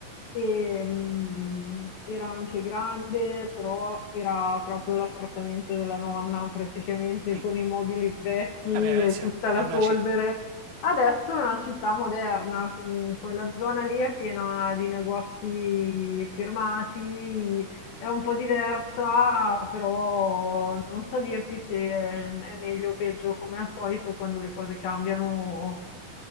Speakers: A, on the left (about 80°); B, on the right (about 80°).
A: E, mm, era anche grande, però era proprio l'appartamento della nonna, praticamente
B: Mm,
A: con i mobili vecchi
B: Vabbè,
A: e
B: eh, sì,
A: tutta
B: è
A: la
B: una,
A: polvere.
B: ci-
A: Adesso è una città moderna, comunque, la zona lì è piena di negozi firmati, è un po' diversa, però non so dirti se è meglio o peggio, come al solito quando le cose cambiano